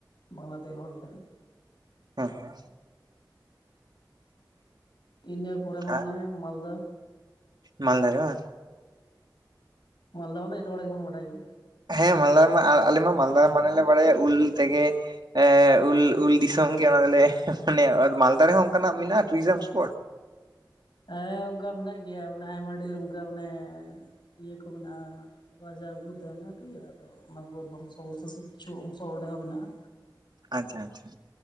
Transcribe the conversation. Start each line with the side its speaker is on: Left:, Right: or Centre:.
Left: ᱵᱟᱝᱞᱟᱛᱮ ᱨᱚᱲ ᱠᱟᱱᱟ
Right: ᱦᱮᱸ
Left: ᱤᱱᱟᱹ ᱯᱚᱨᱮ ᱢᱟᱱᱮ
Right: ᱟᱨ
Left: ᱢᱟᱞᱫᱟ
Right: ᱢᱟᱞᱫᱟ ᱨᱮ ᱵᱟᱝ
Left: ᱢᱟᱞᱫᱟ ᱵᱟᱝ ᱫᱚ ᱡᱚᱛᱚ ᱦᱚᱲ ᱜᱮᱵᱚᱱ ᱵᱟᱰᱟᱭ ᱜᱮᱭᱟ
Right: ᱦᱮᱸ ᱢᱟᱞᱫᱟ ᱢᱟ ᱟᱨ ᱟᱞᱮ ᱢᱟ ᱢᱟᱞᱫᱟ ᱢᱟᱱᱮᱞ ᱞᱮ ᱵᱟᱲᱟᱭᱟ ᱩᱞ ᱛᱮᱜᱮ ᱩᱞ
Left: ᱜᱮᱭᱟ
Right: ᱩᱞ ᱫᱤᱥᱚᱢ ᱜᱮ ᱚᱱᱟ ᱞᱮ ᱢᱟᱱᱮ ᱢᱟᱞᱫᱟ ᱨᱮᱦᱚᱸ ᱚᱱᱠᱟᱱᱟᱜ ᱢᱮᱱᱟᱜᱼᱟ ᱴᱩᱨᱤᱡᱚᱢ ᱥᱯᱚᱴ
Left: ᱦᱮᱸ ᱚᱱᱠᱟ ᱢᱮᱱᱟᱜ ᱜᱮᱭᱟ ᱚᱱᱮ ᱟᱭᱢᱟ ᱰᱷᱮᱨ ᱚᱱᱠᱟ ᱚᱱᱮ ᱤᱭᱟᱹ ᱠᱚ ᱢᱮᱱᱟᱜᱼᱟ ᱡᱟᱣ ᱠᱚ ᱛᱟᱦᱮᱸᱱᱟ ᱴᱷᱤᱠ ᱜᱮᱭᱟ ᱟᱫᱚ ᱚᱱᱟ ᱠᱚ ᱫᱷᱚᱝᱥ ᱵᱚᱨᱚᱥ ᱠᱤᱪᱷᱩ ᱚᱝᱥᱚ ᱚᱸᱰᱮ ᱦᱚᱸ ᱢᱮᱱᱟᱜᱼᱟ
Right: ᱟᱪᱪᱷᱟ ᱟᱪᱪᱷᱟ